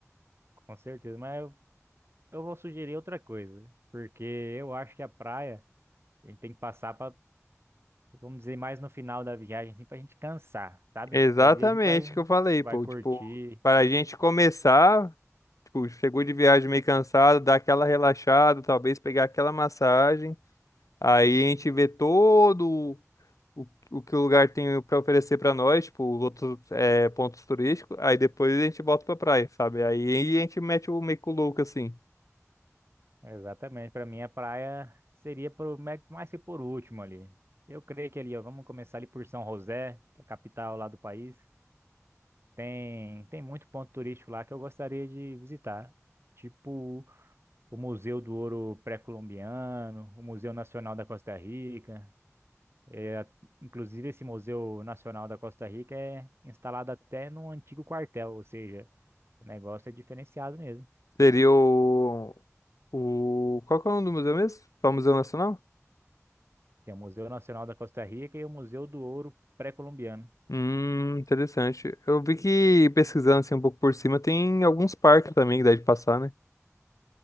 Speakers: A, on the right; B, on the left.
A: com certeza, mas eu, eu vou sugerir outra coisa, porque eu acho que a praia a gente tem que passar para, vamos dizer, mais no final da viagem, assim, para a gente cansar, sabe?
B: Exatamente
A: Porque ali a gente vai,
B: o que eu falei,
A: vai
B: pô.
A: curtir.
B: Tipo, para a gente começar, tipo, chegou de viagem meio cansado, dar aquela relaxada, talvez pegar aquela massagem. Aí a gente vê todo o, o que o lugar tem para oferecer para nós, tipo, os outros é, pontos turísticos, aí depois a gente volta pra praia, sabe? Aí a gente mete o meio que o louco assim.
A: Exatamente, para mim a praia seria por, mais mais que por último ali. Eu creio que ali, ó, vamos começar ali por São José, que é a capital lá do país. Tem, tem muito ponto turístico lá que eu gostaria de visitar, tipo o Museu do Ouro Pré-Colombiano, o Museu Nacional da Costa Rica. É, inclusive, esse Museu Nacional da Costa Rica é instalado até num antigo quartel, ou seja, o negócio é diferenciado mesmo.
B: Seria o, o. Qual que é o nome do museu mesmo? Só Museu Nacional?
A: Tem o Museu Nacional da Costa Rica e o Museu do Ouro Pré-Colombiano.
B: Hum, interessante. Eu vi que pesquisando assim um pouco por cima, tem alguns parques também que dá de passar, né?